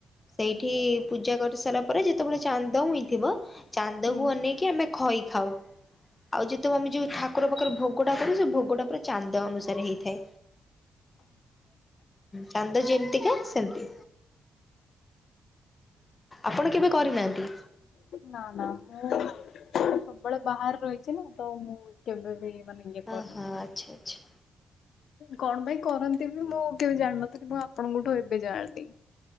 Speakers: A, on the left (about 20°); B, on the left (about 70°).
A: ସେଇଠି ପୂଜା କରି ସାରିଲା ପରେ ଯେତେବେଳେ ଚାନ୍ଦ ଉଇଁଥିବ ଚାନ୍ଦକୁ
B: ହୁଁ
A: ଅନେଇକି ଆମେ ଖଇ ଖାଉ ଆଉ ଯେତେକ ଆମେ ଯୋଉ ଠାକୁର ପାଖରେ ଭୋଗ ଟା କରୁ ସେ ଭୋଗଟା ପୁରା ଚାନ୍ଦ ଅନୁସାରେ ହେଇଥାଏ। ଚାନ୍ଦ ଯେମିତିକା ସେମିତି। ଆପଣ କେବେ କରିନାହାନ୍ତି?
B: ନା ନା ମୁଁ ସବୁବେଳେ ବାହାରେ ରହିଛି ନା ତ ମୁଁ କେବେ ବି ମାନେ ଇଏ କରିନି।
A: ଓ ହୋ ଆଚ୍ଛା ଆଚ୍ଛା।
B: କଣ ପାଇଁ କରନ୍ତି ବି ମୁଁ କେବେ ଜାଣିନଥିଲି ମୁଁ ଆପଣଙ୍କଠୁ ଏବେ ଜାଣିଲି।